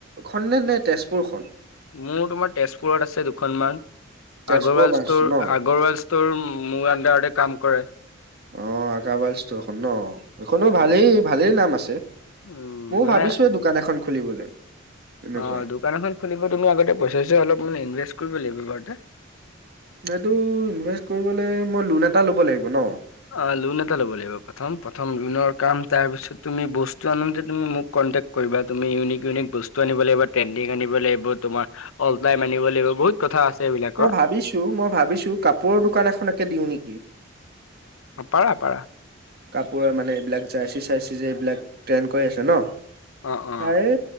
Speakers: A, on the right; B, on the left.
A: খন নে নে তেজপুৰ খন
B: মোৰ তোমাৰ তেজপুৰত আছে দুখনমান
A: তেজপুৰ
B: আগৰৱাল
A: ব্ৰাঞ্চটো
B: ষ্টৰ
A: ন?
B: আগৰৱাল ষ্টৰ মোৰ আন্দাৰতে কাম কৰে
A: অ আকা বাইল ষ্ট'ৰখন ন এইখনো
B: উম,
A: ভালেই ভালেই নাম আছে
B: উম,
A: ময়ও
B: মানে
A: ভাবিছো এই দোকান এখন খুলিবলৈ এনেকুৱা।
B: অ দোকান এখন খুলিব তুমি আগতে পইচা চৈচা অলপমান ইনভেষ্ট কৰিব লাগিব বাৰু
A: এইটো ইনভেষ্ট কৰিবলৈ মই লোণ এটা ল'ব লাগিব ন
B: অ লোণ এটা লব লাগিব প্ৰথম প্ৰথম লোণৰ কাম তাৰ পিছত তুমি বস্তু আনুতে তুমি মোক কণ্টেক কৰিবা তুমি ইউনিক ইউনিক বস্তু আনিব লাগিব ট্ৰেন্দিং আনিব লাগিব তোমাৰ অল্ টাইম আনিব লাগিব। বহুত কথা আছে এইবিলাকৰ
A: মই ভাবিছো মই ভাবিছো কাপোৰৰ দোকান এখনকে দিওঁ নেকি
B: অ পাৰা পাৰা
A: কাপোৰৰ মানে এইবিলাক জাৰ্চি চাৰ্চি যে এইবিলাক ট্ৰেণ্ড কৰি আছে ন
B: অ অ
A: তাৰে